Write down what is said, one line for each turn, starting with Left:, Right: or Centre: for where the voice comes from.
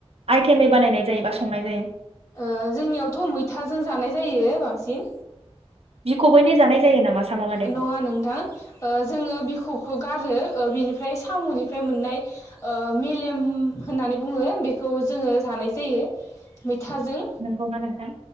Right: आइटेमै बानायनाय जायो बा संनाय जायो?
Left: ओ जोंनियावथ' मैथाजों जानाय जायो बांसिन
Right: बिखौबैनो जानाय जायो नामा? साम' लादायखौ
Left: नङा नोंथां ओ जोङो बिखब खौ गारो ओ बिनिफ्राय साम'निफ्राय मोननाय मेलेम होननानै बुङो बेखौ जोङो जानाय जायो मै थाजों
Right: नंगौना नोंथां